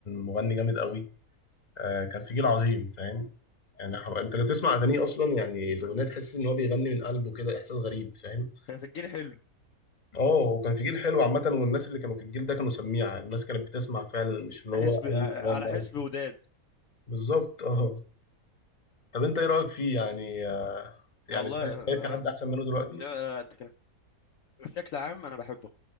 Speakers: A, on the left; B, on the left.
A: مغني جامد قوي آه، كان في جيل عظيم فاهم يعني ح- انت لو تسمع اغانيه اصلا يعني الاغنيه تحس ان هو بيغني من قلبه كده احساس غريب فاهم
B: كان في الجيل حلو
A: اه وكان في جيل حلو عامه والناس اللي كانوا في الجيل ده كانوا سميعه الناس كانت بتسمع فعلا مش اللي
B: حسب
A: هو اي كلام
B: على
A: بقى
B: حسب وداد
A: بالظبط اه طب انت ايه رايك فيه يعني آه، يعني
B: والله
A: شايف شايف في حد
B: آه.
A: احسن منه دلوقتي
B: لا لا، انت كده بشكل عام انا بحبه